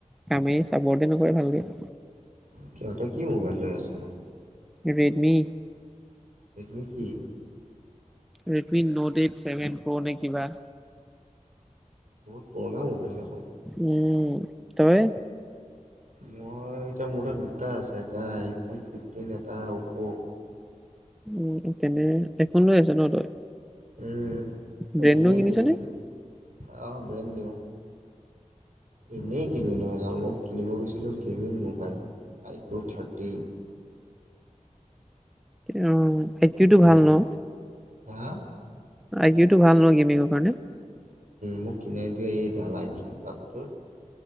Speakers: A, in the centre; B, on the right (about 85°).
A: কামেই চাপৰটেই নকৰে ভালকে।
B: সিহঁততে কি মোবাইল লৈ আছে নু?
A: ৰেডমি
B: ৰেডম কি?
A: Redmi note eight seven pro নে কিবা।
B: বহুত পুৰণা মোবাইল দেখোন
A: উম তই
B: মই এতিয়া মোৰ তাত দুটা আছে এটা আইফন ফিফটিন এটা অপ'
A: উম তেনে হেডফোন লৈ আছ ন তই
B: উম
A: ব্ৰেণ্ডনো
B: এনেই
A: কিনিছ
B: <unintelligible>
A: নে?
B: আহ বেণ্ডনিউ। এনেই কিনিলো এই ডাল মই কিনিব গৈছিলোঁ গেমিং মোবাইল আইফোন' থাৰ্টিন
A: অ সেইটোৱেটো
B: কিন
A: ভাল ন।
B: হা।
A: আইকিও টো ভাল নহ গেমিঙৰ কাৰণে।
B: মোক কিনাই দিয়া এই ডালাল চম্পকটো।